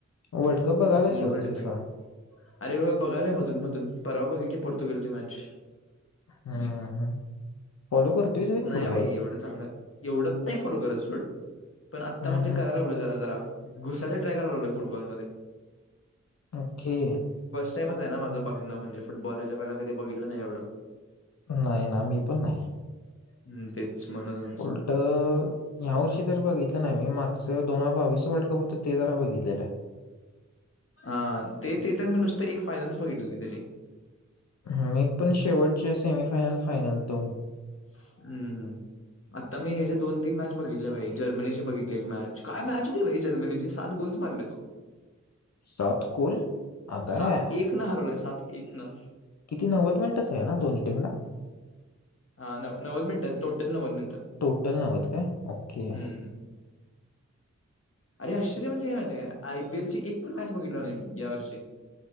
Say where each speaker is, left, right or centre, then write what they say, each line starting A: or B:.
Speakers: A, on the left; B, on the left.
A: वर्ल्ड कप बघायलायस
B: मोड
A: का
B: व
A: तू
B: डिपेंड
A: फिफा?
B: अरे हो बघालय मधून मधून परवा बघितली पोर्तुगलची मॅच
A: हम्म
B: ह
A: हम्म फॉलो करतोयस व्हय तू
B: नाही
A: फुटबॉल?
B: वैरी एवढ चांलं एवढं पण नाही फॉलो करत सोड पण आत्ता
A: हम्म
B: म्हणजे
A: हम्म
B: करायला लागलो जरा जरा घुसाचे ट्रॅकला होते फुटबॉलमध्येध्ये
A: ओके
B: कायमच आहे ना माझं बघण म्हणजे फुटबॉल ह्याच्या पहिला कधी बघितलं नाही एवढं
A: नाही ना मी पण नाही
B: हम्म तेच म्हणूनच
A: उलट ह्या वर्षी तर बघितलं नाही मी मागच दोन बावीस वर्ल्ड कप हो तेजरा बघितलेल्या
B: हा ते ते तर मी नुसत एक फायनस बघितलेली त्याची
A: मी पण शेवटचे सेमीफायनल फायनलतून
B: हम्म आता मी हचे दोन तीन मॅच बघितले पाहिज जर्मनीची बघितली एक मॅच काय मॅच होती भाई जर्मनीची सात गोल्स मारले
A: सात गोल अगाय
B: सात एक न हरवलंय सात एक न
A: किती नव्वद मिनिटच आहे ना दोन्ही टीमला
B: हा नव्वद मिनटात टोटल नव्वद मिनट
A: टोटल नवद का ओके
B: हम्म अरे आश्चर्य म्हणजे का माहत का आयपीएल ची एक पण मॅच बघितल ना या वर्षी